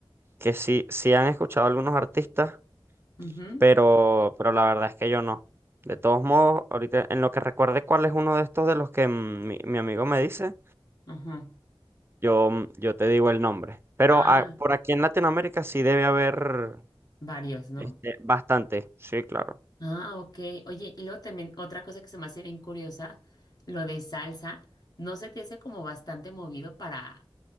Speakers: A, on the right; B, on the left.
A: que sí, sí han escuchado algunos artistas
B: Ujú,
A: pero, pero la verdad es que yo no. De todos modos, ahorita en lo que recuerde cuál es uno de estos de los que mm, mi, mi amigo me dice,
B: ujú.
A: yo, mm, yo te digo el nombre. Pero
B: Ah,
A: ah, por aquí en Latinoamérica sí debe haber
B: varios, ¿no?
A: este, bastante, sí, claro.
B: Ah, ok. Oye, y luego también otra cosa que se me hace bien curiosa, lo de salsa, ¿no se te hace como bastante movido para,